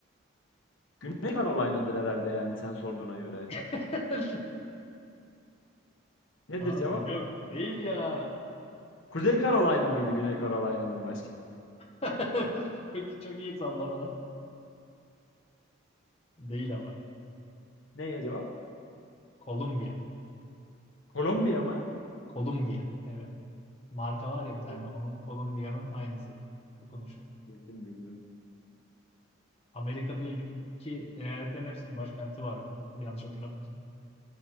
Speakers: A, on the left; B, on the left.
A: Güney Carolina'dır herhalde yani sen sorduğuna göre.
B: <laughs>
A: Nedir
B: Abi
A: cevap?
B: yok değil ya.
A: Kuzey Carolina mıydı Güney Carolina'nın başkenti?
B: <laughs> Çok, iyi- çok iyi sallamalar. Değil ama.
A: Neye cevap?
B: Kolombiya.
A: Kolombiya mı?
B: Kolombiya. Evet. Marka var ya bir tane.
A: Oh,
B: Onun Kolombiya'nın aynısı. Okunuşu.
A: Bildim bildim.
B: Amerika'da ilk iki eyaletlerin hepsinin başkenti var. Yanlış hatırlamıyorsam.